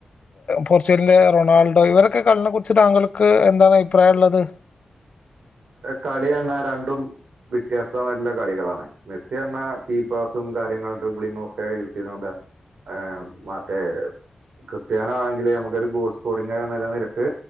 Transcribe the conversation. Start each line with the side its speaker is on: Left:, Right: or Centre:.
Left: പോർച്ചുഗലിന്റെ റൊണാൾഡോ ഇവരൊക്കെ കളിനെ കുറിച്ച് താങ്കൾക്ക് എന്താണ് അഭിപ്രായം ഉള്ളത് <inaudible>
Right: കളിന്നെ രണ്ടും വ്യത്യസ്തമായിട്ടുള്ള കളികളാണ് മെസ്സി പറഞ്ഞാൽ കീ പാസും കാര്യങ്ങളും ട്രിബിളിങ്ങും ഒക്കെ യൂസ് ചെയ്തൊണ്ട് ആ മറ്റേ ക്രിസ്ത്യാനൊ ആണെങ്കിൽ നമുക്കൊരു ഗോൾ സ്കോറിംഗ നിലനിരക്ക്